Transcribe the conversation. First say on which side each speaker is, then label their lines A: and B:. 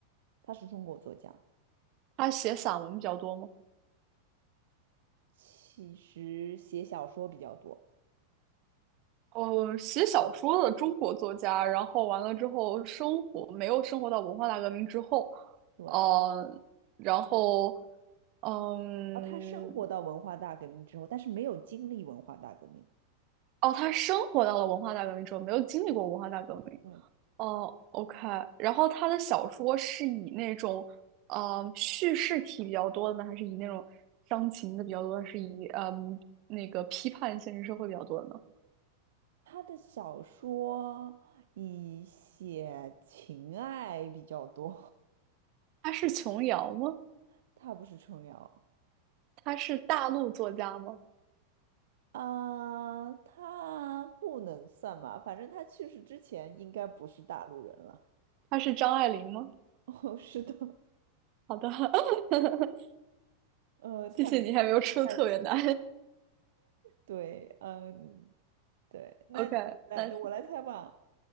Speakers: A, on the right (about 60°); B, on the right (about 40°).
A: 他是中国作家，
B: 他写散文比较多吗？
A: 其实写小说比较多，
B: 呃，写小说的中国作家，然后完了之后生活没有生活到文化大革命之后，
A: 对。
B: 呃，然后，嗯，
A: 然他生活到文化大革命之后，但是没有经历文化大革命。
B: 哦，他生活到了文化大革命之后，没有经历过文化大革命，
A: 对，
B: 哦，OK，然后他的小说是以那种，呃，叙事体比较多的呢，还是以那种伤情的比较多，还是以嗯那个批判现实社会比较多的呢？
A: 他的小说以写情爱比较多，
B: 他是琼瑶吗？
A: <laughs> 他不是琼瑶。
B: 他是大陆作家吗？
A: 啊，他不能算吧，反正他去世之前应该不是大陆人了。
B: 他是张爱玲吗？
A: <laughs> 哦，是的，
B: 好的，<laughs>
A: 呃，他明
B: 谢谢你还没有出特别难。
A: 白，对，嗯，对，
B: <laughs>
A: 那你来，
B: OK，那行，
A: 我来猜吧。